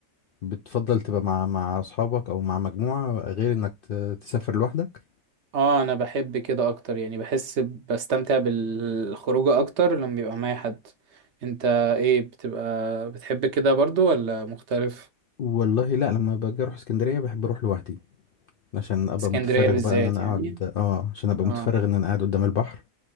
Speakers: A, on the left; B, on the right.
A: بتفضل تبقى مع مع اصحابك او مع مجموعة غير انك ت- تسافر لوحدك
B: اه انا بحب كده اكتر يعني بحس بستمتع بالخروجة اكتر لما بيبقى معايا حد انت ايه بتبقى بتحب كده برضو ولا مختلف
A: والله لا لما باجي اروح اسكندرية بحب اروح لوحدي عشان ابقى
B: اسكندرية
A: متفرغ
B: بالذات
A: بقى ان انا
B: يعني
A: اقعد اه عشان ابقى
B: اه
A: متفرغ ان انا قاعد قدام البحر